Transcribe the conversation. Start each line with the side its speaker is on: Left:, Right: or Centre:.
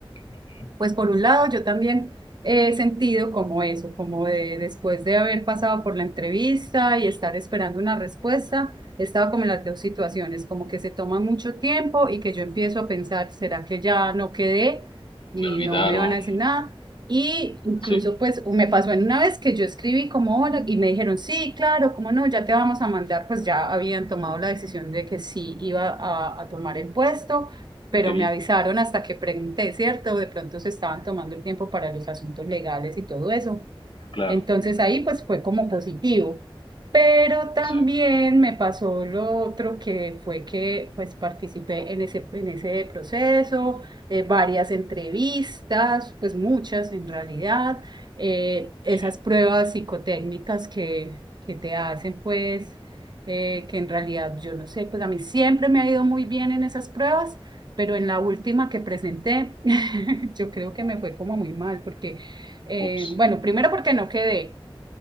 Left: Ujú.
Right: pues por un lado, yo también he sentido como eso, como de después de haber pasado por la entrevista y estar esperando una respuesta, he estado como en las dos situaciones, como que se toma mucho tiempo y que yo empiezo a pensar, ¿será que ya no quedé y
Left: Me olvidaron.
Right: no me van a decir nada? Y incluso
Left: Sí,
Right: pues me pasó en una vez que yo escribí como hola y me dijeron, sí, claro, cómo no, ya te vamos a mandar, pues ya habían tomado la decisión de que sí iba a a tomar el puesto pero
Left: qué bien,
Right: me avisaron hasta que pregunté, ¿cierto? De pronto se estaban tomando el tiempo para los asuntos legales y todo eso.
Left: claro,
Right: Entonces ahí pues fue como positivo. Pero también
Left: exacto,
Right: me pasó lo otro que fue que pues participé en ese, en ese proceso, eh, varias entrevistas, pues muchas en realidad, eh, esas
Left: sí.
Right: pruebas psicotécnicas que, que te hacen pues, eh, que en realidad yo no sé, pues a mí siempre me ha ido muy bien en esas pruebas, pero en la última que presenté, <laughs> yo creo que me fue como muy mal porque... Eh,
Left: Ups,
Right: bueno, primero porque no quedé,